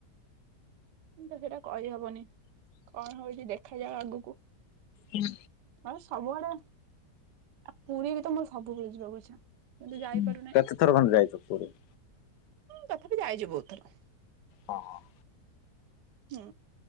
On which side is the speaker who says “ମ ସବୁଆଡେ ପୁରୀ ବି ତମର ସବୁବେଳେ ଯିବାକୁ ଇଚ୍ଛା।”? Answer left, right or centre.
Right